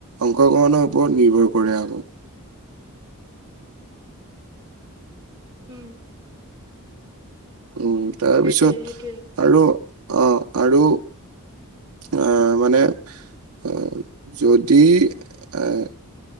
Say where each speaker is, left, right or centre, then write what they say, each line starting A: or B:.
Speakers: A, on the right (about 80°); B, on the right (about 20°).
A: অংশগ্ৰহণৰ ওপৰত নিৰ্ভৰ কৰে আৰু। <unintelligible>
B: উম। <inaudible>
A: উম। তাৰপিছত
B: সেইটোৱে সেইটোৱে
A: আৰু অঁ আৰু <unintelligible> আহ! মানে <unintelligible> যদি এ <unintelligible>